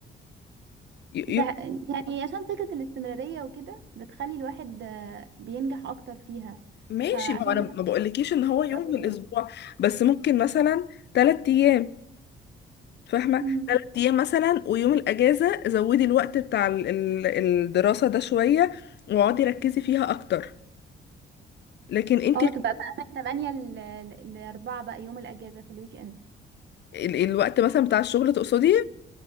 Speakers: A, on the left; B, on the right.
A: ي-
B: ب...
A: يوم
B: يعني عشان فكره الاستمراريه وكده بتخلي الواحد آه، بينجح اكتر فيها
A: <laughs> ماشي
B: فعشان
A: ما هو انا
B: كده
A: ما بقولكيش ان هو
B: بتبقى
A: يوم
B: كل
A: في الاسبوع بس ممكن مثلا ثلاث ايام فاهمة
B: يوم
A: ثلاث ايام مثلا ويوم الاجازة زودي الوقت بتاع ال- ال- الدراسة ده شوية واقعدي ركزي فيها اكتر لكن انت
B: اه تبقى بقى من 8 ل 4 بقى يوم الاجازه في الويك اند
A: ال- الوقت مثلا بتاع الشغل تقصدي